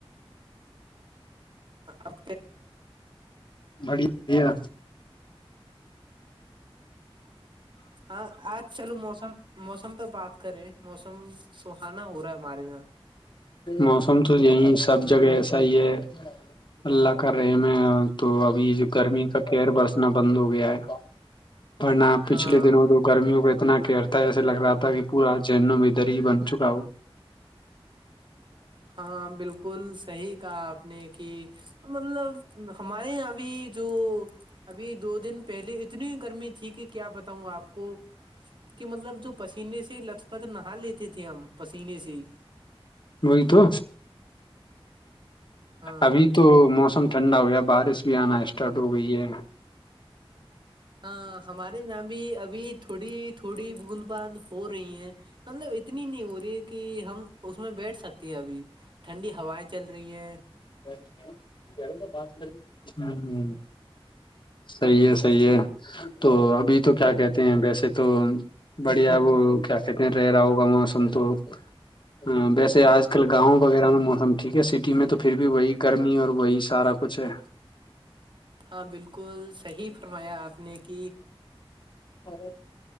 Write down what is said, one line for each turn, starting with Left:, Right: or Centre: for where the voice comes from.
Right: اب
Left: بڑیا بیا
Right: ہاں آج چلو موسم موسم پہ بات کریں موسم سہانا ہو رہا ہے ہمارے یہاں
Left: موسم تو یہیں سب جگہ ایسا ہی ہے اللہ کر رہے میں تو ابھی گرمی کا کیئر برسنا بند ہو گیا ہے ورنہ پچھلے
Right: ہاں
Left: دنوں تو گرمیوں کو اتنا کہرتا ہے ایسے لگ رہا تھا کہ پورا جینوں میں ادھر ہی بن چکا ہو
Right: ہاں بالکل صحی کہا آپ نے کہ مطلب ہمارے یہاں ابھی جو ابھی دو دن پہلے کتنی گرمی تھی کہ کیا بتاؤں آپ کو کہ مطلب جو پسینے سے لت پت نہا لیتے تھے ہم پسینے سے ہی
Left: وہی تو
Right: ہاں
Left: ابھی تو موسم ٹھنڈا ہو گیا بارش بھی آنا اسٹارٹ ہو گئی ہے
Right: ہاں ہمارے یہاں بھی ابھی تھوڑی تھوڑی بوند باند ہو رہی ہیں مطلب اتنی نہیں ہو رہی کہ ہم اس میں بیٹھ سکتے ہیں ابھی ٹھنڈی ہوائیں چل رہی ہیں
Left: ات ہ صحی ہے صحیح ہے تو ابھی تو کیا کہتے ہیں ویسے تو بڑھیا وہ کیا کہتے رہ رہا ہوگا موسم تو ہ ویسے آج کل گاؤں وغیرہ میں موسم ٹھیک ہے سٹی میں تو پھر بھی وہی گرمی اور وہی سارا کچھ ہے
Right: ہاں بالکل صحیح فرمایا آپ نے کہ
Left: اور